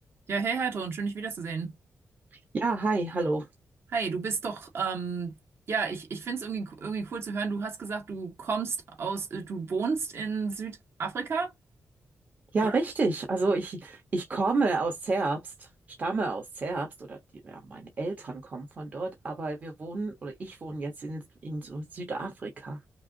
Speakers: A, on the right (about 55°); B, on the right (about 35°).
A: Ja, hey Heidrun, schön dich wiederzusehen.
B: Ja, hi, hallo.
A: Hi, du bist doch, ähm, ja, ich, ich finde es irgendwie, irgendwie cool zu hören. Du hast gesagt, du kommst aus, äh, du wohnst in Südafrika,
B: Ja,
A: oder?
B: richtig. Also ich, ich komme aus Zerbst, stamme aus Zerbst oder die, ja, meine Eltern kommen von dort, aber wir wohnen oder ich wohne jetzt in, in so Südafrika,